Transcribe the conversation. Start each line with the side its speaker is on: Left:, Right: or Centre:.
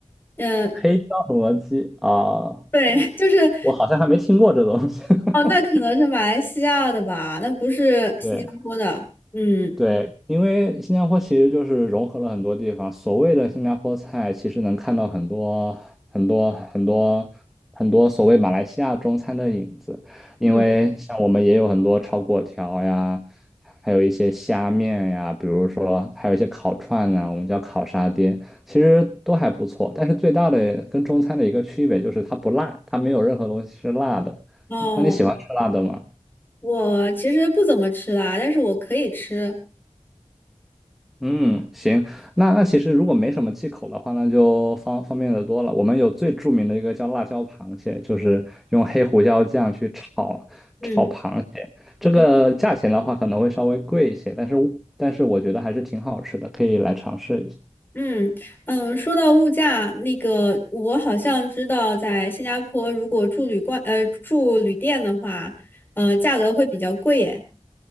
Left: 嗯、
Centre: 黑椒什么鸡啊，
Left: 对，<laughs> 就是。
Centre: 我好像还没听过这东西。<laughs>
Left: 哦，那可能是马来西亚的吧，那不是新加坡的。
Centre: 对。
Left: 嗯，
Centre: 对，因为新加坡其实就是融合了很多地方。所谓的新加坡菜，其实能看到很多很多很多很多所谓马来西亚中餐的影子。因为像我们也有很多炒粿条呀，
Left: 嗯
Centre: 还有一些虾面呀，比如说还有一些烤串啊，我们叫烤沙爹，其实都还不错。但是最大的跟中餐的一个区别就是它不辣，它没有任何东西是辣的。
Left: 哦，
Centre: 那你喜欢吃辣的吗？
Left: 我其实不怎么吃辣，但是我可以吃。
Centre: 嗯，行，那那其实如果没什么忌口的话，那就方方便的多了。我们有最著名的一个叫辣椒螃蟹，就是用黑胡椒酱去炒炒螃蟹。
Left: 嗯
Centre: 这个价钱的话可能会稍微贵一些，
Left: 嗯
Centre: 但是但是我觉得还是挺好吃的，可以来尝试一下。
Left: 嗯嗯，说到物价，那个我好像知道，在新加坡如果住旅馆呃住旅店的话，呃价格会比较贵耶。